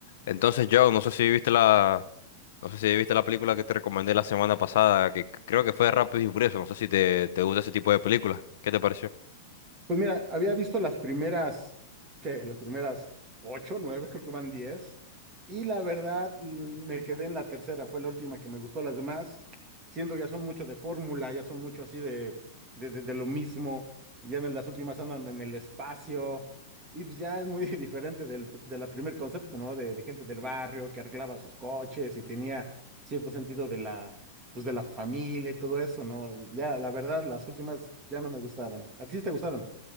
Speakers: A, on the left; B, on the right.
A: Entonces, yo no sé si viste la, no sé si viste la película que te recomendé la semana pasada, que c- creo que fue Rápido y Furioso. No sé si te, te gusta ese tipo de películas. ¿Qué te pareció?
B: Pues mira, había visto las primeras, que Las primeras ocho, nueve, creo que van diez. Y la verdad, l- me quedé en la tercera, fue la última que me gustó. Las demás, siento que ya son mucho de fórmula, ya son mucho así de, de, de- de lo mismo. Ya en las últimas andan en el espacio. Y pues ya es muy <laughs> diferente del, de la primer concepto, ¿no? De, de gente del barrio que arreglaba sus coches y tenía cierto sentido de la, pues de la familia y todo eso, ¿no? Ya, la verdad, las últimas ya no me gustaron. ¿A ti sí te gustaron?